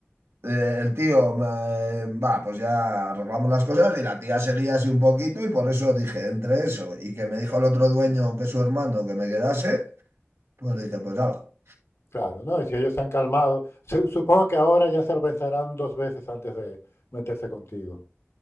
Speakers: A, on the right; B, on the left.
A: eh, el tío, me- va, pues ya arreglamos las cosas y la tía seguía así un poquito y por eso dije, entre eso y que me dijo el otro dueño que su hermano que me quedase. Pues dije, pues ya va.
B: Claro, no, y si ellos se han calmado, su- supongo que ahora ya se lo pensarán dos veces antes de meterse contigo.